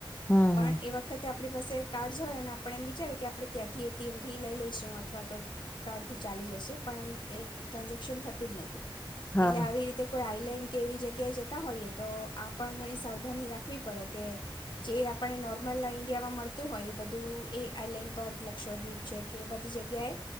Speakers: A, on the left; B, on the left.
A: હમ
B: પણ
A: હમ.
B: એ વખતે આપ આપણી પાસે કાર્ડસ હોય ને આપણે એમ વિચારે કે આપણે ત્યાંથી એટીએમ થી લઈ લઈશું અથવા તો કાર્ડ થી ચાલી જશે પણ એ એ ટ્રાન્ઝેક્શન થતું જ નથી.
A: હા
B: એટલે આવી રીતે કોઈ આ પલેન કે એવી જગ્યાએ જતા હોઈએ તો આ પણ ઘણી સાવધાની રાખવી પડે. કે, જે આપ આપને નોર્મલ ઇન્ડિયામાં મળતું હોય એ બધું એ આઇલેન્ડ પર લક્ષદ્વીપ છે કે એ બધી જગ્યાએ.